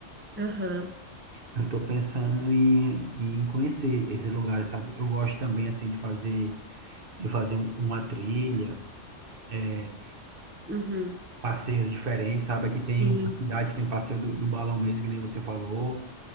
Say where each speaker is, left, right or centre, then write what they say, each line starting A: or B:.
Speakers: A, on the right; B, on the right.
A: Aham.
B: Eu estou pensando em, em conhecer esses lugares, sabe? Eu gosto também, assim, de fazer, de fazer um- uma trilha, é,
A: Uhum.
B: passeios diferentes, sabe? Aqui tem
A: Sim.
B: uma cidade que tem passeio do, do balão mesmo, que nem você falou.